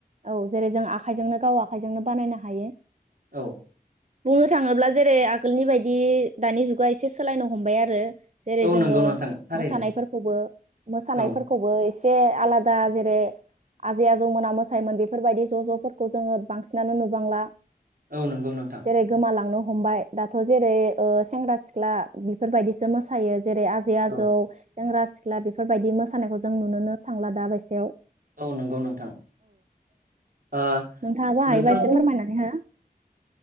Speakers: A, on the right; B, on the right.
A: औ जेरै जों आखाइजोंनो गाव आखाइजोंनो बानायनो हायो
B: औ।
A: बुंनो थाङोब्ला जेरै आगोलनि बायदि दानि जुगा एसे सोलायनो हमबाय आरो। जेरै
B: औ
A: जोङो
B: नंगौ नोंथां थारैनो
A: मोसानायफोरखौबो मोसानायफोरखौबो
B: औ
A: एसे आलादा जेरै आजै आजौमोना मोसायोमोन बेफोरबायदि ज' ज'फोरखौ जोङो बांसिनानो नुबांला
B: औ नंगौ नोंथां
A: जेरै गोमालांनो हमबाय दाथ' जेरै ओ सेंग्रा सिख्ला बेफोरबायदिसो मोसायो। जेरै आजै आजौ
B: औ
A: सेंग्रा सिख्ला बेफोरबायदि मोसानायखौ जों नुुनोनो थांला दाबायसायाव
B: औ नंगौ नोंथां। ओ
A: नोंथाङाबो हायोबा
B: नोंथां
A: एसे फोरमायनानै हो